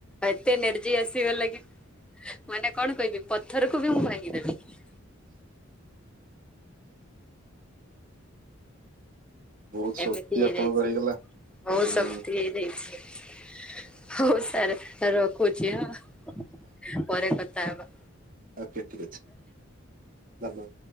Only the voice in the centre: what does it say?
ଏତେ ନେର୍ଜି ଆସିଗଲା କି ମାନେ କଣ କହିବି । ପଥରକୁ ବି ମୁଁ ଭାଙ୍ଗିଦେବି ।
ଏମିତି
ହେଇଯାଇଛି
। ବହୁତ
ଶକ୍ତି ହେଇଯାଇଛି । ହଉ ସାର୍ ରଖୁଚି ହଁ । ପରେ କ ତା ବା